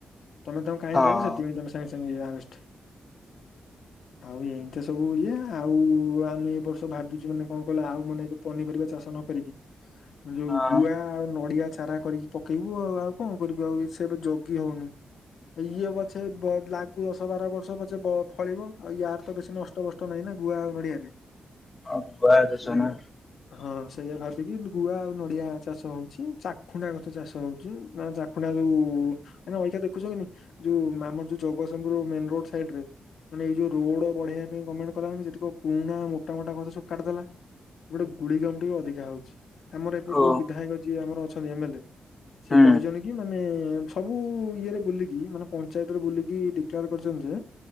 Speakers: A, on the left; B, on the left.
A: ତମେ ତାଙ୍କୁ କାଇଁ
B: ହଁ
A: ଧଇଲ ସେଥିପାଇଁ ତମେ ସାଙ୍ଗେ ସାଙ୍ଗେ ଯା ଆରେଷ୍ଟ। ଆଉ ଏମିତି ସବୁ ଇଏ ଆଉ ଆମେ ଏ ବର୍ଷ ଭାବିଛୁ ମାନେ କଣ କହିଲ ଆଉ ମାନେ ପନିପରିବା ଚାଷ ନ କରିକି ଯୋଉ
B: ହଁ
A: ଗୁଆ ଆଉ ନଡିଆ ଚାରା କରିକି ପକେଇବୁ ଆଉ ଆଉ କଣ କରିବୁ ଆଉ ସେ ଏବେ ଜଗି ହଉନି। ଇଏ ପଛେ ଲାଗୁ ଦଶ ବାର ବର୍ଷ ପଛେ ଫଳିବ ଆଉ ୟାର ତ ବେଶୀ ନଷ୍ଟ ଟ ବଷ୍ଟ ନାହିଁ ନା ଗୁଆ ଆଉ ନଡିଆରେ।
B: ଅବା ଯୋଜନା
A: ସେଇଆ। ହଁ ସେଇଆ ଭାବିକି ଗୁଆ ଆଉ ନଡିଆ ଚାଷ ହଉଛି, ଚାଖୁଣ୍ଡା ଗଛ ଚାଷ ହଉଛି, ମାନେ ଖୁଣ୍ଡା ଯୋଉ ମାନେ ଅଇଁଛା ଦେଖୁଛ କି ନାଇଁ ଯୋଉ ଆମର ଯୋଉ ଜଗତସିଂହପୁର ମେନ ରୋଡ ସାଇଡ ରେ ମାନେ ଏଇ ଯୋଉ ରୋଡ ବଢେଇିବା ପାଇଁ ଗମେଣ୍ଟ କଲା ଯେତିକ ପୁରୁଣା ମୋଟା ମୋଟା ଗଛ ସବୁ କାଟିଦେଲା। ଗୋଟେ ଗୁଳି କାମ ଟିକେ ଅଧିକା ହଉଛି। ଆମର ଏପଟେ
B: ଓ
A: ଯୋଉ ବିଧାୟକ ଯିଏ ଆମର ଅଛନ୍ତି ଏମେଏଲ ସିଏ
B: ହୁଁ
A: କହିଛନ୍ତି କି ମାନେ ସବୁ ଇଏରେ ବୁଲିକି ମାନେ ପଞ୍ଚାୟତ ରେ ବୁଲିକି ଡିକ୍ଲୋର କରିଛନ୍ତି ଯେ